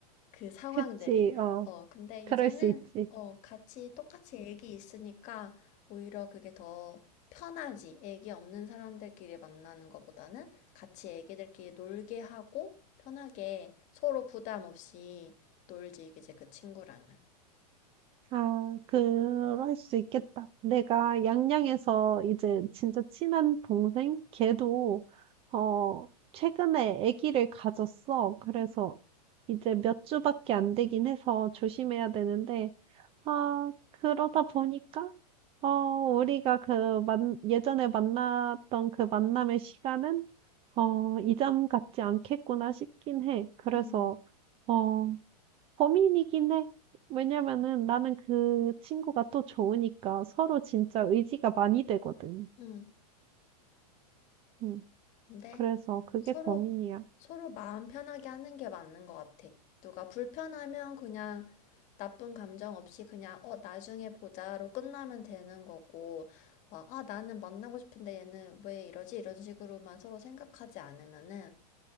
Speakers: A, on the left (about 35°); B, on the right (about 25°).
A: 그 상황들이.
B: 그치, 어,
A: 어, 근데 이제는
B: 그럴 수 있지.
A: 어, 같이 똑같이 애기 있으니까 오히려 그게 더 편하지. 애기 없는 사람들끼리 만나는 것보다는 같이 애기들끼리 놀게 하고 편하게 서로 부담 없이 놀지, 이제 그 친구랑은.
B: 아, 그럴 수 있겠다. 내가 양양에서 이제 진짜 친한 동생? 걔도, 어, 최근에 아기를 가졌어. 그래서
A: 음,
B: 이제 몇 주밖에 안 되긴 해서 조심해야 되는데, 아, 그러다 보니까, 어, 우리가 그 만, 예전에 만났던 그 만남의 시간은, 어, 이전 같지 않겠구나 싶긴 해. 그래서,
A: 음,
B: 어, 고민이긴 해. 왜냐면은 나는 그 친구가 또 좋으니까 서로 진짜 의지가 많이 되거든.
A: 음.
B: 음,
A: 근데
B: 그래서 그게
A: 서로
B: 고민이야.
A: 서로 마음 편하게 하는 게 맞는 것 같아. 누가 불편하면 그냥 나쁜 감정 없이 그냥 어 나중에 보자로 끝나면 되는 거고 막 아 나는 만나고 싶은데 얘는 왜 이러지? 이런 식으로만 서로 생각하지 않으면은